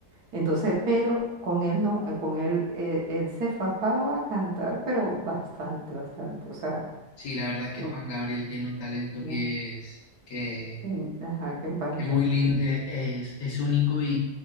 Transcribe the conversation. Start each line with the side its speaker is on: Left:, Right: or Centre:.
Right: Entonces, pero con él no, eh, con él, eh, él se fajaba a cantar, pero bastante, bastante. O sea,
Left: sí, la verdad es que
Right: u-
Left: Juan Gabriel tiene un talento
Right: una-
Left: que es, que
Right: ten- ajá, que en paz
Left: que
Right: descanse,
Left: muy lindo,
Right: sí.
Left: es, es único y,